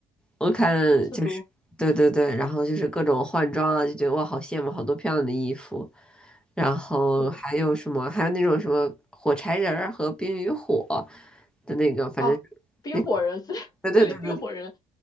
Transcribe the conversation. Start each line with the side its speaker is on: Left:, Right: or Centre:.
Centre: 我看就是，
Left: 是读
Centre: 对对对，然后就是各种换装啊，就觉得哇，好羡慕，好多漂亮的衣服。然后还有什么？
Left: 对，
Centre: 还有那种什么火柴人儿和冰与火的那个，反正
Left: 哦，冰火人，
Centre: 那
Left: <laughs> 森森林冰火人，
Centre: 对对对对